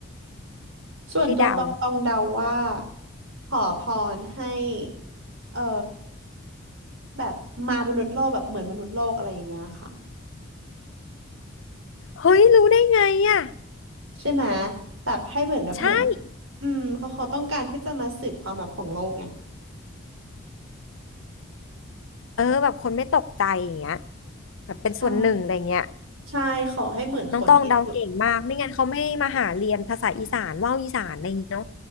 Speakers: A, on the right (about 80°); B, on the left (about 70°).
A: ส่วนตัวตองตองเดาว่า
B: ให้เดา
A: ขอพรให้เออแบบมามนุษย์โลกแบบเหมือนมนุษย์โลกอะไรอย่างเงี้ยค่ะ
B: เฮ้ยรู้ได้ไงอ่ะ
A: ใช่ไหมแบบให้เหมือนแบบเหมือน
B: ใช่
A: อืมเขาเขาต้องการที่จะมาสืบความลับของโลกไง
B: เออแบบคนไม่ตกใจอย่างเงี้ยแบบเป็นส่วนหนึ่งอะไรเงี้ย
A: ใช่ใช่ขอให้เหมือนคนที่สุด
B: น้องต้องเดาเก่งมากไม่งั้นเขาไม่มาหาเรียนภาษาอีสานว่าวอีสานอะไรอย่างเงี้เนาะ